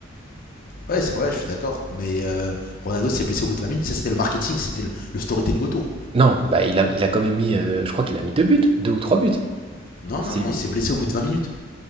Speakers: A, on the left; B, on the right.
A: Ouais, c'est vrai, je suis d'accord. Mais euh, Ronaldo s'est blessé au bout de 20 minutes. Ça, c'était le marketing, c'était le, le storytelling autour.
B: Non, bah il a, il a quand même mis, euh, je crois qu'il a mis deux buts, deux ou trois buts.
A: Non,
B: C'est
A: non, non, il s'est blessé au bout de 20 minutes.